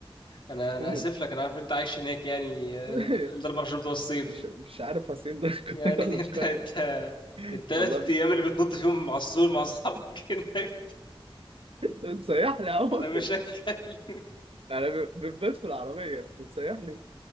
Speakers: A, on the left; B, on the right.
A: أنا أنا
B: قول
A: آسف لك أنا عارف إن أنت عايش هناك يعني آه،
B: <laughs>
A: ال- الأربع شهور بتوع الصيف
B: مش مش عارف حسين ده <laughs> قرية
A: يعني <laughs>
B: ولا
A: أنت
B: مش قرية
A: أنت التلات
B: والله
A: أيام اللي بتنط فيهم مع السور مع أصحابك <laughs> هناك
B: بتسيح لي يا عمر
A: أنا مش هتكلم
B: <laughs> انا ب- بنبات في العربية بتسيح لي